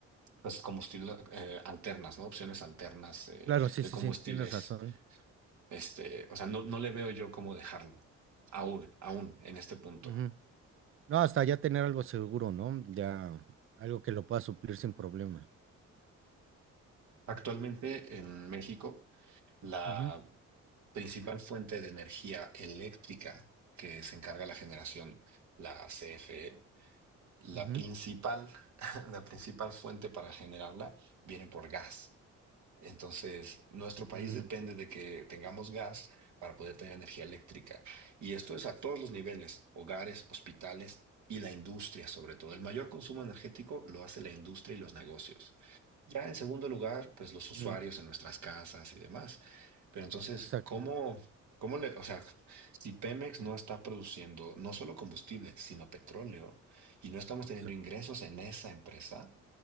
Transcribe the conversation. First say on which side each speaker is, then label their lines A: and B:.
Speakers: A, on the right; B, on the right.
A: pues combustibles eh, alternas, ¿no? Opciones alternas eh,
B: Claro, sí,
A: de
B: sí,
A: combustibles.
B: sí, tienes razón.
A: Este, o sea, no, no le veo yo cómo dejarlo, aún, aún en este punto.
B: Ujú. No, hasta ya tener algo seguro, ¿no? Ya algo que lo pueda suplir sin problema.
A: Actualmente en México, la
B: Ujú,
A: principal fuente de energía eléctrica que se encarga la generación, la CFE, la
B: ujú,
A: principal, <laughs> la principal fuente para generarla viene por gas. Entonces, nuestro país
B: ujú,
A: depende de que tengamos gas para poder tener energía eléctrica. Y esto es a todos los niveles, hogares, hospitales y la industria sobre todo. El mayor consumo energético lo hace la industria y los negocios. Ya en segundo lugar, pues los usuarios
B: ujú.
A: en nuestras casas y demás. Pero entonces,
B: Exacto.
A: ¿cómo, cómo le, o sea, si Pemex no está produciendo no solo combustible, sino petróleo, y no estamos teniendo
B: Exacto.
A: ingresos en esa empresa?